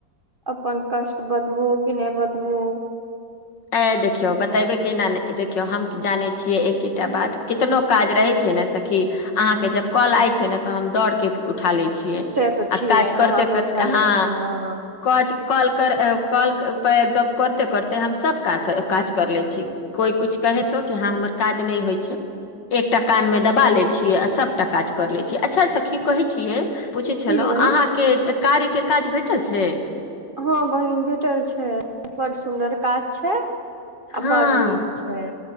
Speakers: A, on the right; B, on the left.
A: अपन कष्ट बदबू कि नहि बदब
B: ए देखियो बतेबे केना देखियो हम जाने छीयै एकेटा बात कितनो काज रह छै ने सखी आहाँ के जब कॉल आय छै ने त हम दौड़ के उठा ले छ छिय
A: से तऽ
B: आ
A: छियै
B: काज
A: अहाँ
B: करते
A: तऽ
B: करते
A: उठा ले
B: ह
A: छियै हँ
B: कज कल कर कॉल प गप करते करते हम स क काज कर लै छी कोइ कुछु कहेतौ कि हँ हमर काज नहि होइ छ एकटा कान में दबा लै छियै आ सबटा काज कर ले छियै अच्छा सखी कहय छिय पूछै छलहुं
A: की बहिन
B: अहाँके कार्यके काज भेटल छ
A: हॅं बहिन भेटल छै बड सुदर काज छै आ
B: हँ
A: बड नी छ